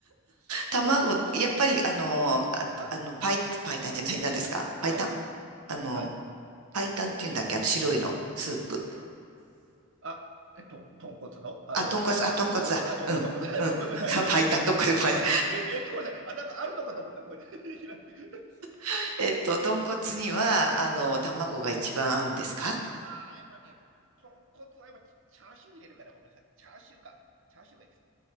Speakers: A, on the right (about 85°); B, on the right (about 55°).
A: 卵、
B: <laughs>
A: やっぱり、あの、あパあの、
B: あ、
A: パイ、パイタンじゃない、なんですかパイタン
B: はい。
A: あの、
B: あ、
A: パイタンって言うんだっけあの、白いの、スープ。
B: あ、え、と、豚骨の、あ、
A: あ、
B: ごめんなさい。
A: 豚骨、
B: わと、
A: あ、豚骨だ。
B: あ、豚骨、
A: うん、
B: 豚骨、<laughs>
A: うん。
B: 豚骨、
A: <laughs>
B: はい、豚骨。
A: パイタン、
B: <laughs>
A: どっかでパイ、
B: はい、いや、いやごめんなさい。あ、なんかあるのかと思った。ごめんなさい。<laughs>
A: <laughs> えっと、豚骨には、あの、卵が一番合うんですか
B: あー、やっぱね、豚骨はやっぱチチャーシュー入れるから、ごめんなさい。チャーシューか。チャーシューがいいです。